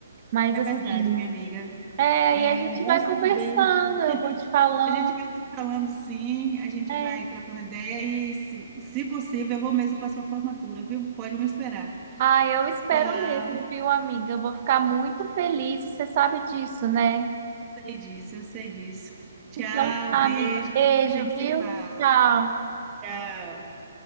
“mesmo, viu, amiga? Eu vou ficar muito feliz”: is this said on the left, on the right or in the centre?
Right